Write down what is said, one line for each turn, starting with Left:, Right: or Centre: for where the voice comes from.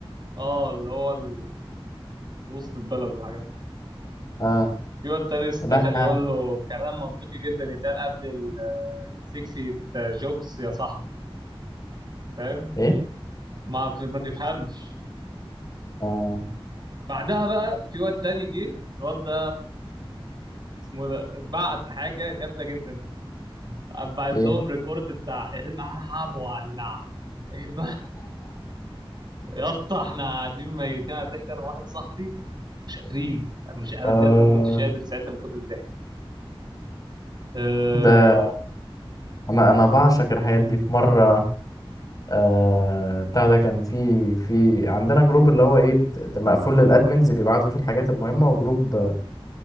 Right: اه اللي هو ال... وسط البلد والحاجات دي
Left: اه
Right: في واد تاني
Left: لا
Right: دخل
Left: احنا
Right: يقول له كلام منطقي جدا يتقال قبل ال- السكسي جوكس يا صاحبي فاهم
Left: ايه
Right: ما بت- ما تفهمش
Left: اه
Right: بعدها بقى في واد تاني جه الواد ده اسمه ده بعت حاجه جامده جدا بعت
Left: ايه
Right: لهم ريكورد بتاع إيه الملعب ولع الم- يا اسطى احنا قاعدين ميتين على الضحك انا وواحد صاحبي مش قادرين مش انا
Left: اه
Right: بجد ما كنتش قادر ساعتها من كتر الضحك أه...
Left: ده انا انا بعشق الحاجات دي في مرة آه بتاع ده كان في في عندنا جروب اللي هو ايه د- ده مقفول للادمنز بيبعتوا فيه الحاجات المهمه وجروب آه،